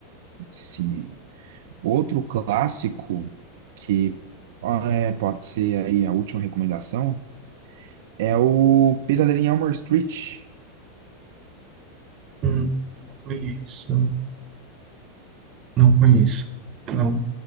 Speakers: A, on the right; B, on the right.
A: Sim. Outro clássico que ah, é, pode ser aí a última recomendação é o Pesadelo em Elm Street.
B: Hum, não conheço, não conheço, não,